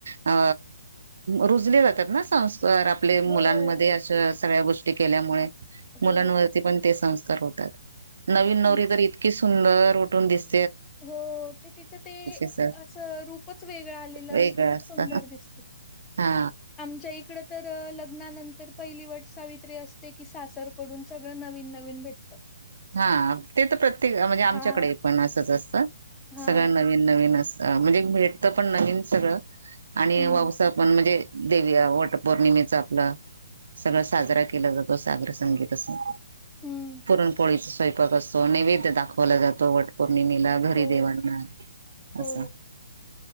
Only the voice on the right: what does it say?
अ रुजले जातात ना संस्कार आपल्या मुलांमध्ये
अशा सगळ्या गोष्टी केल्यामुळे.
मुलांवरती पण ते संस्कार होतात नवीन नवरी
तर इतकी सुंदर उठून दिस
सर
वेगळं
असत
हा
हा ते तर प्रत्येक म्हणजे आमच्याकडे
पण असंच असतं
सगळं नवीन नवीन अस अ म्हणजे भेटतं पण नवीन सगळं आणि
वाऊसा पण म्हणजे देव या वटपौर्णिमेचा आपलं सगळं साजरा केला जातो सागर संगीत असं.
पुरणपोळीचा स्वयंपाक असतो, नैवेद्य दाखवला जातो वट पौर्णिमेला घरी
देवांना
असं.